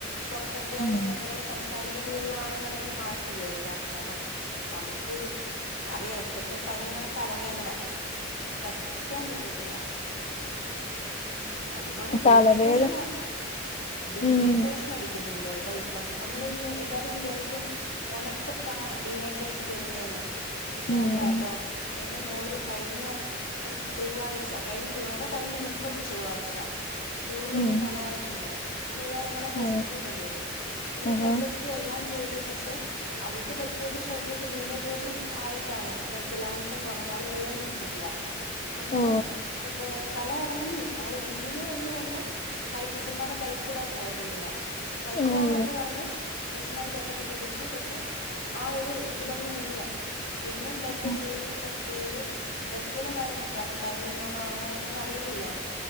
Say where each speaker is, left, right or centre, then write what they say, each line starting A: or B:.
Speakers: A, on the left; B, on the left.
A: പുറത്ത് അത്യാവശ്യം
B: ഉം
A: നമ്മള് ഒരാൾ സംസാരിക്കേണ്ടി വരുവാണെന്നുണ്ടെങ്കിൽ മാസ്ക് ഉപയോഗിക്കാറുണ്ട് കാരണം നമുക്ക് അറിയാം ഇപ്പത്തെ പനിന്ന് പറഞാ തലവേദന സഹിക്കാൻ പറ്റത്തില്ല ഉം അതുപോലെ ഡീഹൈഡ്രേഷനാ
B: തലവേദന
A: ഡീഹൈഡ്രേഷൻ
B: ഉം
A: അടിക്ക് പിന്നേ എന്തായിട്ടാ ഇപ്പം നമ്മള് ഈ എല്ലാരും വിചാരിക്കും ഒണക്കത്താ ഡീ ഹൈഡ്രേഷൻ വരുന്നേന്ന് പക്ഷേ
B: ഉം
A: അല്ലാട്ടോ
B: ഉം
A: എന്റെ മോള് കഴിഞ്ഞ ഇപ്പം ചൊവ്വാഴ്ച കഴിഞ്ഞ ചൊവ്വാടെ കഴി <unintelligible> മുമ്പത്ത ചൊവ്വയ്ച്ച സ്കൂളിലോന്ന്
B: ഉം
A: തലകറങ്ങി വീണ് സ്കൂളുകർ അങ്ങനെ ഹോസ്പിറ്റലിൽ
B: ഓ
A: കൊണ്ടുപോയി അവര്
B: ആഹാ
A: ബ്ലഡ് ടെസ്റ്റ് എല്ലാം ചെയ്തു പക്ഷെ അവൾക്ക് പറ്റിയത് ശരീരത്തെ ഡീഹൈഡ്രേഷൻ ആയിട്ടാണ് ജലാംശം കുറഞ്ഞ അവള് വെള്ളം കുടിച്ചിട്ടില്ല അങ്ങനെ
B: ഓ
A: തലകറങ്ങി ആള് വീണു എന്ന് തന്നെ കൈ ടീച്ചർമാരുടെ കൈ കൂടാ പോയത് വീണ വയ്യ
B: അയ്യോ
A: എന്ന് പറഞ്ഞ് ടീച്ചർമാര് പെട്ടെന്ന് പിടിച്ചു പക്ഷെ ആഹ് ഒരു ഇതിലങ്ങ് വീണ് പിന്നെ ബ്ലഡ്
B: ഉം
A: ഫുൾ ടെസ്റ്റ് ചെയ്തു ടെസ്റ്റുകളും കാര്യങ്ങളും കാരണം പനിയെങ്ങാണോ ആണോ എന്തോന്ന അറിയില്ലല്ലോ